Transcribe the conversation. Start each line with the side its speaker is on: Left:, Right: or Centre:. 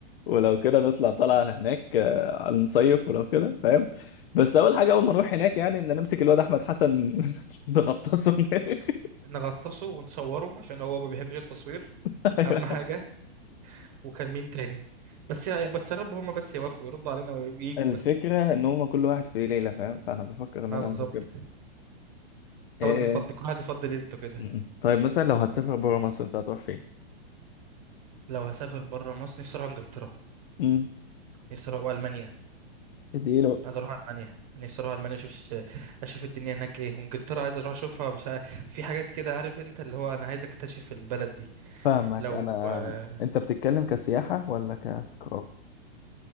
Left: ولو كده نطلع طلعه هناك آه، نصيف ولو كده فاهم بس اول حاجه اول ما نروح هناك يعني ان نمسك الواد احمد حسن <laughs> نغطسه هناك
Right: نغطسه ونصوره عشان هو ما بيحبش التصوير
Left: <laughs>
Right: اهم حاجه وكان مين تاني بس يا بس يا رب هما بس يوافقوا يردوا علينا ويجوا
Left: الفكره
Right: بس
Left: ان هم كل واحد في ليله فاهم فانا بفكر ان
Right: اه
Left: انا
Right: بالظبط
Left: اعمل كده إيه.
Right: نحاول نفضي
Left: إيه،
Right: كل واحد يفضي ليلته كده
Left: إيه. م-م. طيب مثلا لو هتسافر بره مصر انت هتروح فين؟
Right: لو هسافر بره مصر نفسي اروح انجلترا
Left: امم
Right: نفسي اروح المانيا
Left: اديله
Right: عايز اروح المانيا نفسي اروح المانيا اشوف اشوف الدنيا هناك ايه وانجلترا عايز اروح اشوفها مش عارف. في حاجات كده عارف انت اللي هو انا عايز اكتشف البلد دي
Left: فاهمك
Right: لو
Left: انا
Right: آه،
Left: انت بتتكلم كسياحة ولا كاستقرار